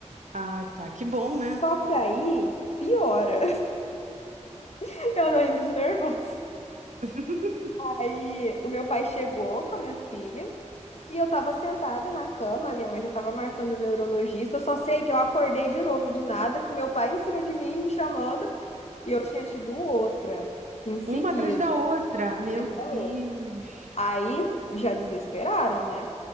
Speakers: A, on the right; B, on the left.
A: Ah, tá. Que bom,
B: Só
A: né?
B: que aí, piora. <laughs> Eu tô indo de nervoso.
A: <laughs>
B: Aí o meu pai chegou com a minha filha e eu tava sentada na cama, a minha mãe já tava marcando o neurologista. Eu só sei que eu acordei de novo do nada, com o meu pai em cima de mim, me chamando, e eu tinha tido outra em seguida,
A: Uma atrás da outra.
B: uma
A: Meu
B: atrás
A: Deus.
B: da outra. Aí já desesperaram, né?